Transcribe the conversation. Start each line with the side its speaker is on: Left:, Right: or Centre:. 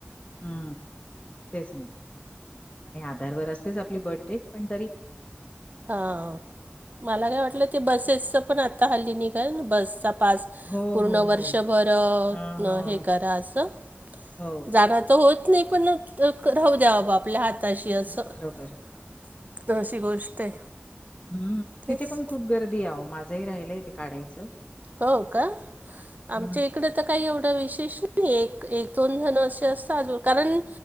Left: हम्म तेच ना आणि आधारवर असतेच आपली बर्थडेट पण तरी
Right: हा मला काय वाटलं ते बसेसचं पण आत्ता हल्ली निघाल बसचा पास
Left: हो,
Right: पूर्ण
Left: हो,
Right: वर्षभर
Left: हो. हां, हां.
Right: हे करा असं
Left: हो.
Right: जाणं तर होत नाही पण राहऊ द्या बाबा आपल्या हाताशी असं
Left: बरोबर.
Right: अशी गोष्ट आहे
Left: हम्म
Right: तेच.
Left: तिथे पण खूप गर्दी आहे आहों माझंही राहिलंय तेे काढायचं
Right: हो का आमचे
Left: हं.
Right: कडे तर काही एवढ विशेष नाही दोन जण असे असतातज कारण